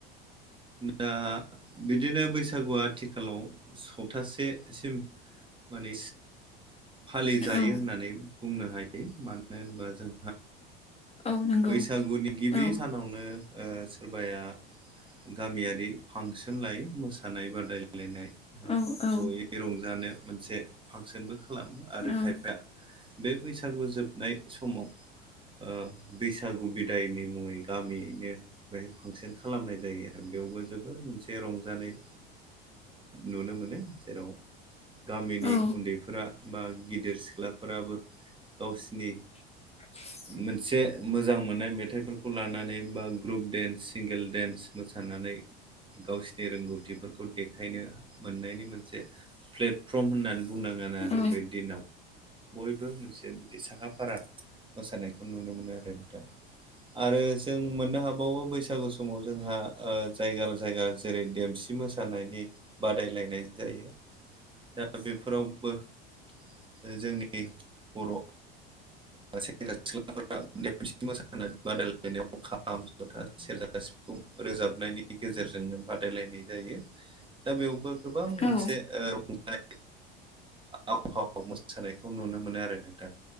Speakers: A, on the right; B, on the left.
A: दा बिदिनो बैसागुआ आथिखालाव सप्तासेसिम माने फालिजायो
B: औ
A: होननानै बुंनो हायो मानो होनब्ला जों
B: औ नंगौ
A: बैसागुनि गिबि
B: औ
A: सानावनो सोरबाया गामियारि फांसन लायो मोसानाय बादायलायलायनाय बा
B: औ औ
A: जयै रंजानो मोनसे फांसनबो खालामो आरो
B: औ
A: खायफाया बे बैसागु जोबनायनि समाव ओ बैसागु बिदायनि मुङै गामियैनो बेहाय फांसन खालामनाय जायो आरो बेयावबो जोबोद मोनसे रंजानाय। नुनो मोनो जेराव गामिनि
B: औ
A: उन्दैफोरा बा गिदिर सिख्लाफोराबो गावसिनि
B: <inaudible>
A: मोनसे मोजां मोननाय मेथाइफोरखौ लानानै बा ग्रुप देन्स सिंगोल देन्स मोसानानै गावसिनि रोंगौथिफोरखौ देखायनो मोननायनि मोनसे प्लेटफर्म होननानै बुंनांगोन आरो।
B: औ
A: बे दिनाव बयबो मोनसे बिदि साखा-फारा मोसानायखौ नुनो मोनो आरो दा आरो जों मोननो हाबावो बैसागु समाव जोंहा जायगा जायगा जेरै देमसि मो जानायनि बादायलायनाय जायो दा बेफोरावबो बे जोंनि बर' सेंग्रा सिख्लाफोरा देमसि मोसानाय बादायलायनायाव खाम जथा सेरजा सिफुं रोजाबनायनि गेजेरजोंनो बादायलायनाय जायो दा बेयावबो गोबां मोनसे
B: औ
A: रंजानाय आव फाव मोसानायखौ नुनो मोनो आरो नोंथां